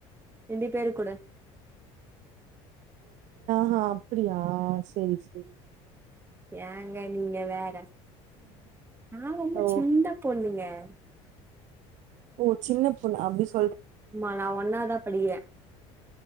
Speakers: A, on the right; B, on the right.
A: ரெண்டு பேரு கூட
B: ஆஹ அப்டியா செரி செரி
A: ஏங்க நீங்க வேற நான் ரொம்ப
B: ஓ
A: சின்ன பொண்ணுங்க உ <unintelligible>
B: ஒ சின்ன பொண்ணு அப்பிஸ்
A: ஆமா நான் ஒன்னாதான் படிக்கிறேன்